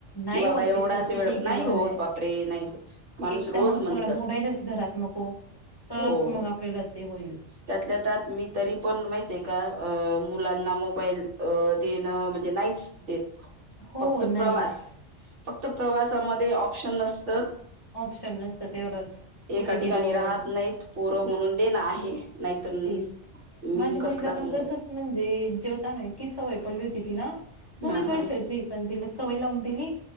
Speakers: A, on the left (about 25°); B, on the right (about 75°).
A: नाही
B: की बाबा
A: होत
B: एवढाच
A: ते शेवट किती
B: वेळ
A: केलं
B: नाही
A: म्हणजे
B: होत बापरे! नाही होत माणूस
A: एक तर
B: रोज
A: मग
B: म्हणत
A: सगळं मोबाईलच घरात नको तरच
B: हो
A: मग आपल्याला ते होईल
B: त्यातल्या त्यात मी तरी पण महित्या का मुलांना मोबाईल देणं म्हणजे नाहीच देत
A: हो
B: फक्त
A: नाहीच
B: प्रवास फक्त प्रवासामध्ये ऑप्शन नसतं
A: ऑप्शन नसतं तेवढंच कुठे
B: एका ठिकाणी
A: गेल्यावर
B: राहत नाहीत पोरं म्हणून देणं आहे नाहीतर
A: तेच
B: मी
A: माझ्या
B: कसलाच
A: मुलीला पण
B: मोबाईल
A: तसंच म्हणजे जेवताना इतकी सवय पडली होती तिला दोनच
B: हा
A: वर्षाची
B: हा
A: हे पण तिला सवय लावून दिली